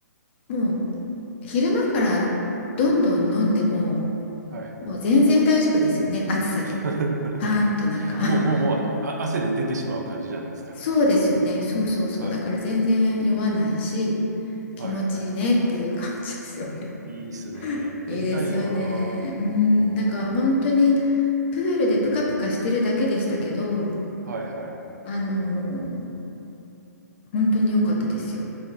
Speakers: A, on the left; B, on the right.
A: う、もう昼間からどんどん飲んでも、
B: はい。
A: もう全然大丈夫ですよね、暑さで。
B: <laughs>
A: パーンとなんか <laughs>
B: もう、もう、もう、あ、汗で出てしまう感じじゃないですか。
A: そうですよね、そうそうそう、
B: はい。
A: だから全然酔わないし、気持ちいいねっていう感じですよね。
B: はい、はい。いいっすね。
A: <laughs>
B: 行ってみたいなぁ。
A: いいですよね。うん、
B: うん。
A: なんか本当にプールでプカプカしてるだけでしたけど、
B: はい、はい。
A: あのー本当に良かったですよ。